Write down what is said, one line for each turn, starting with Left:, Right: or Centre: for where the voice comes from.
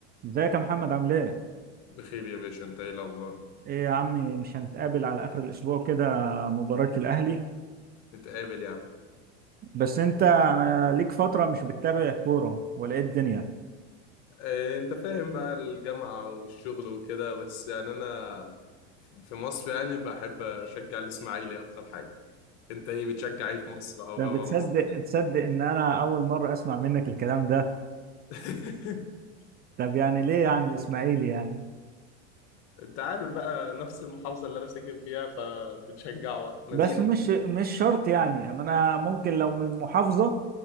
Right: ازيك يا محمد عامل ايه؟
Left: بخير يا باشا انت ايه الاخبار
Right: ايه يا عمي مش هنتقابل على اخر الاسبوع كده مباراة الاهلي
Left: نتقابل يا عم
Right: بس انت انا ليك فترة مش بتتابع كورة ولا ايه الدنيا؟
Left: اه انت فاهم بقى الجامعة والشغل وكده بس يعني انا في مصر يعني بحب اشجع الاسماعيلي اكتر حاجة انت ايه بتشجع ايه في مصر او
Right: طب
Left: بابا
Right: بتصدق
Left: مصر
Right: تصدق ان انا اول مرة اسمع منك الكلام ده؟
Left: <laughs>
Right: طب يعني ليه يعني الاسماعيلي يعني؟
Left: انت عارف بقى نفس المحافظة اللي انا ساكن فيها فبتشجع بقى مدينة
Right: بس مش مش شرط يعني يعني انا ممكن لو من المحافظة